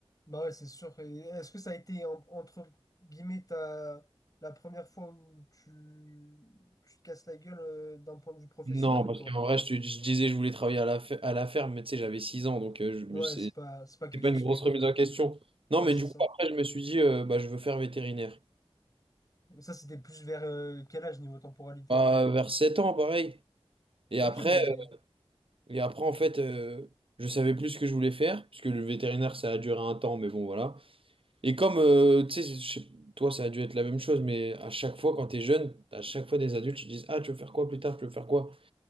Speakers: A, on the left; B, on the right.
A: Bah ouais, c'est sûr. Et Est-ce que ça a été en- entre guillemets ta la première fois où tu, tu te casses la gueule euh, d'un point de vue professionnel
B: Non,
A: ou
B: parce
A: pas?
B: qu'en vrai, je, te- je disais que je voulais travailler à la, fe- à la ferme, mais tu sais, j'avais 6 ans, donc euh, je me-
A: Ouais,
B: c'est
A: c'est pas c'est pas quelque
B: c'est pas
A: chose
B: une grosse
A: que.
B: remise en question. Non,
A: Ouais,
B: mais
A: c'est
B: du
A: ça.
B: coup, après, je me suis dit, euh, bah, je veux faire vétérinaire.
A: Ça, c'était plus vers euh, quel âge niveau temporalité?
B: Bah, vers 7 ans, pareil. Et
A: Ok,
B: après,
A: mais.
B: euh, et après en fait, euh, je savais plus ce que je voulais faire, parce que le vétérinaire, ça a duré un temps, mais bon, voilà. Et comme, euh, tu sais, je sais- toi, ça a dû être la même chose, mais à chaque fois, quand tu es jeune, à chaque fois, des adultes, ils disent, Ah, tu veux faire quoi plus tard? Tu veux faire quoi?